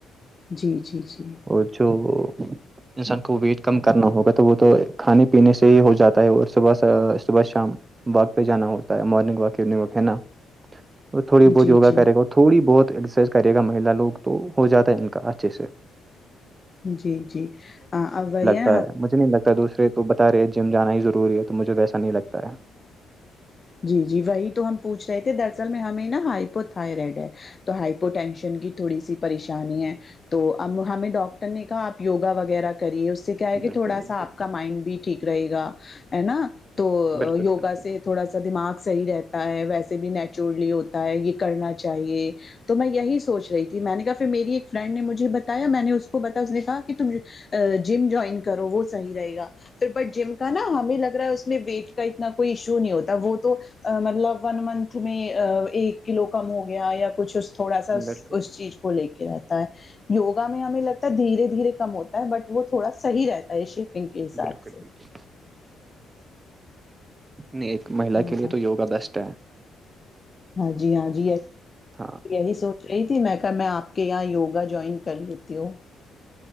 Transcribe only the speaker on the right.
اور جو انسان کو ویٹ کم کرنا ہوگا تو وہ تو کھانے پینے سے ہی ہو جاتا ہے اور صبح صبح صبح شام واک پہ جانا ہوتا ہے مارنگ واک ایونگ وک ہے نا اور تھوڑی بہت
یوگا
کرے گ تھوڑی بہت ایکسرسائز کرے گا مہیلا لوگ تو ہو جاتا ہے ان کا اچھے سے
تا ہے مجھے نہیں لگتا دوسرے تو بتا رہے ہیں جیم جانا ہی ضروری ہے تو مجھے ویسا نہیں لگتا ہے
بالکل
بالکل
بالکل
بالکل
بالکل
بالکل
بالکل نہیں ایک مہیلا
کے لیے تو یوگا بیسٹ ہے
ہاں